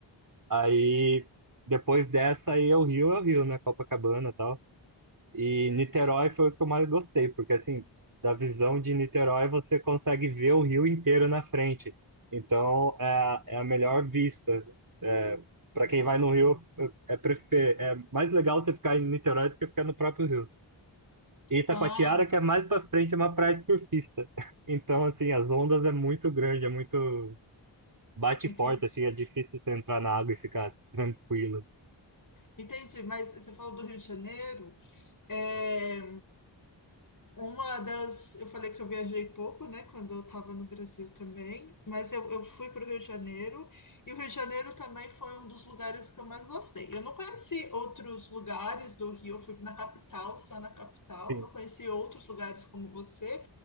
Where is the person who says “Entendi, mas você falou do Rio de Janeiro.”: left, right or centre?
Left